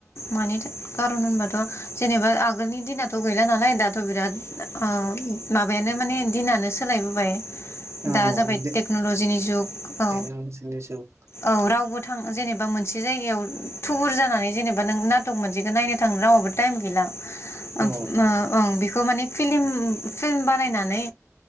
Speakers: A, on the left; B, on the right.
A: मानि खारन होनबाथ' जेनेबा आगोलनि दिनाथ' गैला नालाय दाथ' बिराद ओ मा माबायानो माने दिनानो सोलायबोबाय। दा
B: औ
A: जाबाय
B: दे
A: टेक्न'लजिनि जुग औ।
B: टेक्न'लजिनि जुग
A: औ रावबो थां जेने बा मोनसे जायगायाव थुबुर जानानै जेने बा नों नातक मोनसेखौ नायनो थाङो राव टाएम गैला।
B: औ
A: ओ ओं बेखौ माने फिलिम फिल्म बानायनानै